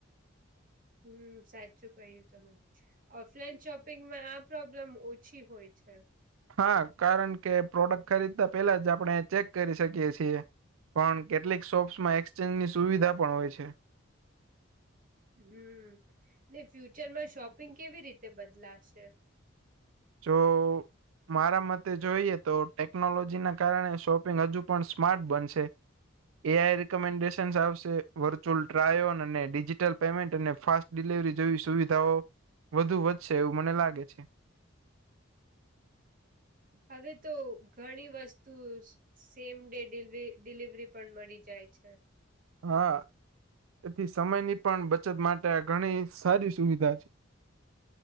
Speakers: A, on the right; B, on the right.
A: હમ, સાચું કહ્યું તમે. ઓફલાઈન શોપિંગમાં આ પ્રોબ્લેમ ઓછી હોય છે.
B: હા, કારણ કે પ્રોડક્ટ ખરીદતા પેલા જ આપણે ચેક કરી શકીએ છીએ. પણ કેટલીક શોપ્સ માં એક્સચેન્જની સુવિધા પણ હોય છે.
A: હમ ને, ફ્યુચર માં શોપિંગ કેવી રીતે બદલાશે.
B: જો. મારા મતે જોઈએ તો, ટેકનોલોજી ના કારણે શોપિંગ હજુ પણ સ્માર્ટ બનશે. એ આઈ રિકમેન્ડેશન આવશે, વર્ચ્યુઅલ ટ્રાયોન અને ડિજિટલ પેમેન્ટ અને ફાસ ડિલેવરી જેવી સુવિધાઓ વધશે એવું મને લાગે છે. <unintelligible>
A: હવે ઘણી વસ્તુ સેમ ડે ડિલિવરી પણ મળી જાય છે.
B: હા, એથી સમયની પણ બચત માટે આ ઘણી સારી સુવિધા છે.